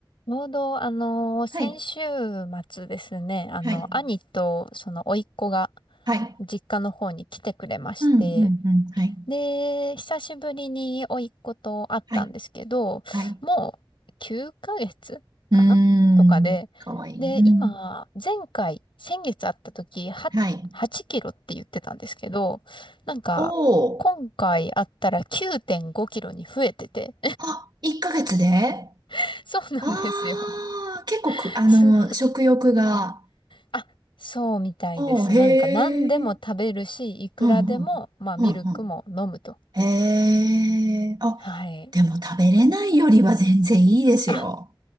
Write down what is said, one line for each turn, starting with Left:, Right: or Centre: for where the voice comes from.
Left: ちょうど、あの、先週
Right: はい。
Left: 末ですね、あの、
Right: はい。
Left: 兄と、その、甥っ子が、
Right: はい。
Left: 実家の方に来てくれまして、
Right: うん、うん、うん。はい。
Left: で、久しぶりに甥っ子と会ったんですけど、
Right: はい。はい。
Left: もう、9ヶ月かげつかなとかで、
Right: うーん。かわいい。
Left: で、
Right: うん。
Left: 今、前回、先月会った時、は、
Right: はい。
Left: 8キロって言ってたんですけど、なんか、
Right: おお。
Left: 今回会ったら9.5キロに増えてて、
Right: あ、1ヶ月で
Left: <laughs> そうなんですよ。
Right: ああー、結構く、
Left: <laughs>
Right: あの、
Left: す
Right: 食欲が。
Left: あ、そうみたいです。
Right: おーへえ。
Left: なんか何でも食べるし、いくらでも、
Right: うん、うん。
Left: まあミルクも飲むと。
Right: うん、うん。へえ。あ、
Left: はい。
Right: でも食べれないよりは全然いいですよ。
Left: あ、